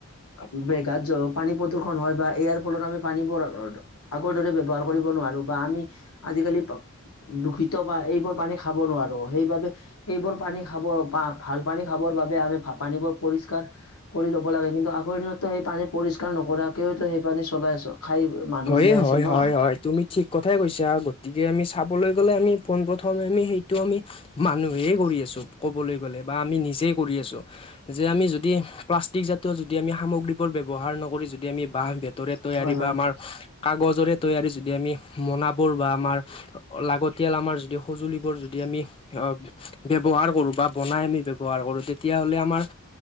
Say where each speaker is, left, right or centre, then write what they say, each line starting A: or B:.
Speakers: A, on the left; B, on the left.
A: <unintelligible> পানী প্ৰদূষণ হয় বা ইয়াৰ ফলত আমি পানী আগৰ দৰে ব্যৱহাৰ কৰিব নোৱাৰো বা আমি আজিকালি দূষিত প এইবোৰ পানী খাব নোৱাৰো সেইবাবে এইবোৰ পানী খাব ভাল পানী খাব ৰ বাবে আমি ভ পানীবোৰ পৰিষ্কাৰ কৰি ল'ব লাগে কিন্তু আগৰ দিনতো সেই পানী পৰিষ্কাৰ নকৰাকেও সেই পানী চলাই আছ খাই মানুহ
B: হয়ে,
A: জীয়াই
B: হয়,
A: আছিল ন
B: হয়, হয়, তুমি ঠিক কথাই কৈছে আৰু গতিকে আমি চাবলৈ গ'লে আমি পোনপ্ৰথমে আমি সেইটো আমি মানুহেই কৰি আছো কবলৈ গ'লে বা আমি নিজেই কৰি আছো। যে আমি যদি প্লাষ্টিক জাতীয় যদি আমি সামগ্ৰীবোৰ ব্যৱহাৰ নকৰি যদি আমি বাহ ৰে তৈয়াৰী
A: হয়
B: বা
A: হয়
B: আমাৰ কাগজৰে তৈয়াৰী যদি আমি মোনাবোৰ বা আমাৰ লাগতিয়াল আমাৰ যদি সঁজুলিবোৰ যদি আমি আহ ব্যৱহাৰ কৰো বা বনাই আমি ব্যৱহাৰ কৰো তেতিয়া হ'লে আমাৰ